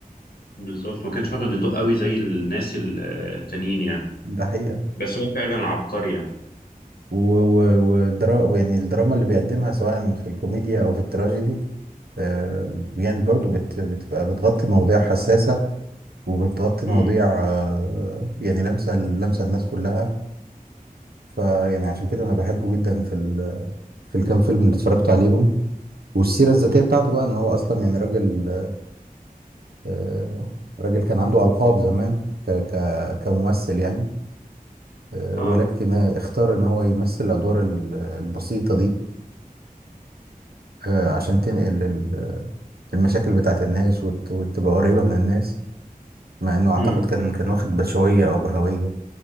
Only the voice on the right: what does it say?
ده حقيقة
و... و... ودرا... يعني الدراما اللي بيقدمها سواء في الكوميديا أو في التراجيدي آه، يعني برضو بت- بتبقى بتغطي مواضيع حساسة وبتغطي مواضيع
آه، يعني لمسة لمسة الناس كلها فيعني عشان كده أنا بحبه جدا في ال في الكام فيلم اللي اتفرجت عليهم والسيرة الذاتية بتاعته بقى إن هو أصلا يعني راجل آه، راجل كان عنده ألقاب زمان ك ك كممثل يعني آه،
ولكن اختار إن هو يمثل الأدوار ال- البسيطة دي آه، عشان تنقل ال- المشاكل بتاعت الناس وت- وتبقى قريبة من الناس مع انه اعتقد
كان كان واخد بشوية او بهوية